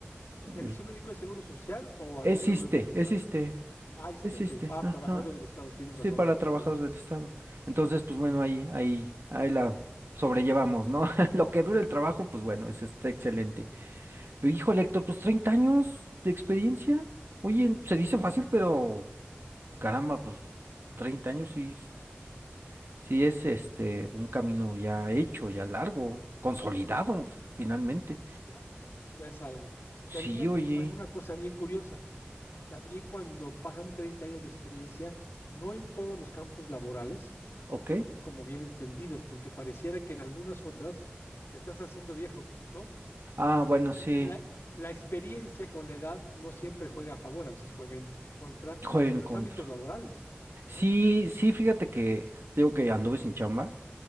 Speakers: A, on the left; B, on the right.
A: ¿El
B: El-
A: servicio médico es seguro social o
B: existe,
A: algún seguro en particular?
B: existe,
A: Ah, este,
B: existe,
A: ok. Ah,
B: ajá.
A: trabajadores del Estado, tienes
B: Sí,
A: razón.
B: para trabajadores
A: Sí,
B: del Estado. Entonces, pues bueno, ahí, ahí, ahí la sobrellevamos, ¿no? <laughs> Lo que dura el trabajo, pues bueno, eso está excelente. Pero híjole, Héctor, pues 30 años de experiencia. Oye, se dice fácil, pero caramba, pues 30 años sí, es- sí es este un camino ya hecho, ya largo, consolidado
A: sí, ya,
B: finalmente.
A: ya, ya es algo.
B: Sí,
A: Pero fíjate
B: oye,
A: que pasa una cosa bien curiosa. también cuando pasan 30 años de experiencia, no en todos los campos laborales
B: ok.
A: son como bien entendidos, porque pareciera que en algunas otras te estás haciendo viejo, ¿no?
B: Ah, bueno, sí,
A: Entonces, la, la experiencia con la edad no siempre juega a favor, a veces juega en contra
B: juego en
A: en los
B: contra.
A: ámbitos laborales, ¿no?
B: Sí, sí, fíjate que digo que anduve sin chamba,